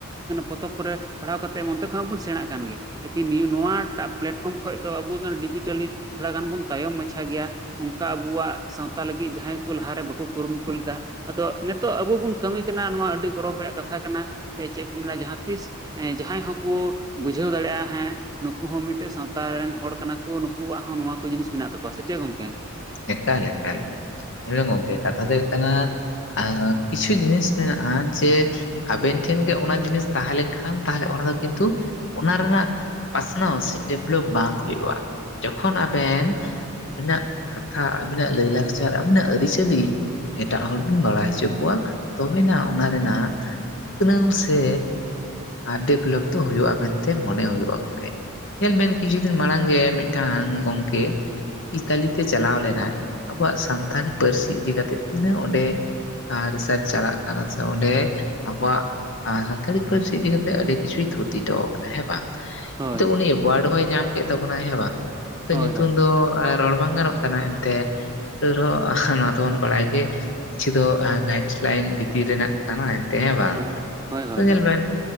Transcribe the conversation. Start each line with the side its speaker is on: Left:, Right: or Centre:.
Right: ᱯᱚᱛᱚᱵ ᱠᱚᱨᱮ ᱯᱟᱲᱦᱟᱣ ᱠᱟᱛᱮᱫ ᱚᱱᱛᱮ ᱠᱷᱚᱡᱽ ᱵᱚᱱ ᱥᱮᱬᱟᱜ ᱠᱟᱱ ᱜᱮ ᱮᱠᱤ ᱱᱤᱭᱩ ᱱᱚᱣᱟ ᱴᱟᱜ ᱯᱞᱟᱴᱯᱷᱚᱨᱚᱢ ᱠᱷᱚᱱ ᱫᱚ ᱟᱵᱚ ᱫᱚ ᱰᱤᱡᱤᱴᱟᱹᱞᱤ ᱛᱷᱚᱲᱟ ᱜᱟᱱ ᱵᱚᱱ ᱛᱟᱭᱚᱢ ᱢᱟᱪᱷᱟ ᱜᱮᱭᱟ ᱾ ᱚᱱᱠᱟ ᱟᱵᱩᱣᱟᱜ ᱥᱟᱶᱛᱟ ᱞᱟᱹᱜᱤᱫ ᱡᱟᱦᱟᱸᱭ ᱠᱚ ᱞᱟᱦᱟᱨᱮ ᱵᱟᱠᱩ ᱠᱩᱨᱩᱢᱩᱴᱩ ᱞᱮᱫᱟ ᱟᱫᱚ ᱱᱮᱛ ᱛᱚ ᱟᱵᱩ ᱵᱩᱱ ᱠᱟᱹᱢᱤ ᱠᱟᱱᱟ ᱱᱚᱣᱟ ᱟᱹᱰᱤ ᱜᱚᱨᱚᱵᱽ ᱨᱮᱭᱟᱜ ᱠᱟᱛᱷᱟ ᱠᱟᱱᱟ ᱪᱮᱫ ᱠᱚ ᱢᱮᱱᱟ ᱡᱟᱦᱟᱸ ᱛᱤᱥ ᱡᱟᱦᱟᱸᱭ ᱦᱚᱸᱠᱚ ᱵᱩᱡᱷᱟᱹᱣ ᱫᱟᱲᱮᱭᱟᱜᱼᱟ ᱦᱮᱸ ᱾ ᱱᱩᱠᱩ ᱦᱚᱸ ᱢᱤᱫᱴᱮᱱ ᱥᱟᱶᱛᱟ ᱨᱮᱱ ᱦᱚᱲ ᱠᱟᱱᱟ ᱠᱚ ᱱᱩᱠᱩᱣᱟᱜ ᱦᱚᱸ ᱱᱚᱣᱟ ᱠᱚ ᱡᱤᱱᱤᱥ ᱢᱮᱱᱟᱜ ᱛᱟᱠᱚᱣᱟ ᱥᱮ ᱪᱮᱫ ᱜᱚᱝᱠᱮ?
Left: ᱮᱠᱟᱞ ᱮᱠᱟᱞ ᱮᱠᱟᱞ ᱧᱮᱞ ᱢᱮ ᱜᱚᱝᱠᱮ ᱠᱟᱛᱷᱟ ᱫᱚ ᱦᱳᱭᱳᱜ ᱠᱟᱱᱟ ᱾ ᱟᱸ ᱠᱤᱪᱷᱩ ᱡᱤᱱᱤᱥ ᱢᱮᱱᱟᱜᱼᱟ ᱡᱮ ᱟᱵᱮᱱ ᱴᱷᱮᱱ ᱜᱮ ᱚᱱᱟ ᱡᱤᱱᱤᱥ ᱛᱟᱦᱮᱸ ᱞᱮᱱᱠᱷᱟᱱ, ᱛᱟᱦᱚᱞᱮ ᱚᱱᱟ ᱫᱚ ᱠᱤᱱᱛᱩ ᱚᱱᱟ ᱨᱮᱱᱟᱜ ᱯᱟᱥᱱᱟᱣ ᱥᱮ ᱰᱮᱵᱷᱞᱚᱯ ᱵᱟᱝ ᱦᱳᱭᱳᱜᱼᱟ ᱡᱚᱠᱷᱚᱱ ᱟᱵᱮᱱ ᱟᱵᱤᱱᱟᱜ ᱠᱟᱛᱷᱟ, ᱟᱵᱤᱱᱟᱜ ᱞᱟᱹᱭ ᱞᱟᱠᱪᱟᱨ, ᱟᱵᱤᱱᱟᱜ ᱟᱹᱨᱤᱪᱟᱹᱞᱤ, ᱮᱴᱟᱜ ᱦᱚᱲ ᱵᱤᱱ ᱵᱟᱲᱟᱭ ᱦᱚᱪᱚ ᱠᱚᱣᱟ ᱛᱚᱵᱮᱱᱟᱜ ᱚᱱᱟ ᱨᱮᱱᱟᱜ ᱩᱛᱱᱟᱹᱣ ᱥᱮ ᱰᱮᱵᱷᱞᱚᱯ ᱫᱚ ᱦᱳᱭᱳᱜᱼᱟ ᱾ ᱢᱮᱱᱛᱮ ᱢᱚᱱᱮ ᱦᱳᱭᱳᱜᱼᱟ ᱜᱚᱢᱠᱮ ᱾ ᱧᱮᱞ ᱵᱮᱱ ᱠᱤᱪᱷᱩ ᱫᱤᱱ ᱢᱟᱲᱟᱝ ᱜᱮ ᱢᱤᱫᱴᱟᱝ ᱜᱚᱝᱠᱮ ᱤᱛᱟᱞᱤ ᱛᱮ ᱪᱟᱞᱟᱣ ᱞᱮᱱᱟᱭ ᱟᱵᱚᱣᱟᱜ ᱥᱟᱱᱛᱟᱲᱤ ᱯᱟᱹᱨᱥᱤ ᱤᱫᱤ ᱠᱟᱛᱮᱫ ᱛᱤᱱᱟᱹᱜ ᱚᱸᱰᱮ ᱨᱤᱥᱟᱪ ᱪᱟᱞᱟᱜ ᱠᱟᱱᱟ, ᱥᱮ ᱚᱸᱰᱮ ᱟᱵᱚᱣᱟᱜ ᱟᱨ ᱥᱟᱱᱛᱟᱲᱤ ᱯᱟᱹᱨᱥᱤ ᱤᱫᱤ ᱠᱟᱛᱮᱜ ᱟᱹᱰᱤ ᱠᱤᱪᱷᱩᱭ ᱛᱷᱩᱛᱤ ᱦᱚᱴᱚ ᱠᱟᱫᱟ ᱦᱮᱸ ᱵᱟᱝ?
Right: ᱦᱳᱭ
Left: ᱛᱚ ᱩᱱᱤ ᱮᱵᱳᱣᱟᱨᱰ ᱦᱚᱸᱭ ᱧᱟᱢ ᱠᱮᱫ ᱛᱟᱵᱚᱱᱟᱭ ᱦᱮᱸ ᱵᱟᱝ
Right: ᱦᱳᱭ
Left: ᱧᱩᱛᱩᱢ
Right: ᱦᱳᱭ
Left: ᱫᱚ ᱵᱟᱝ ᱜᱟᱱᱚᱜ ᱠᱟᱱᱟ ᱮᱱᱛᱮ ᱾ ᱛᱮᱣ ᱨᱮᱦᱚᱸ ᱱᱚᱣᱟ ᱫᱚᱵᱚᱱ ᱵᱟᱲᱟᱭ ᱜᱮ ᱠᱤᱪᱷᱩ ᱫᱚ ᱜᱟᱭᱤᱰ ᱞᱟᱭᱤᱱ ᱵᱷᱤᱛᱤᱨ ᱨᱮᱱᱟᱜ ᱠᱟᱱᱟ ᱮᱱᱛᱮ ᱦᱮᱸ ᱵᱟᱝ
Right: ᱦᱳᱭ ᱦᱳᱭ ᱦᱳᱭ
Left: ᱛᱚ ᱧᱮᱞ ᱵᱮᱱ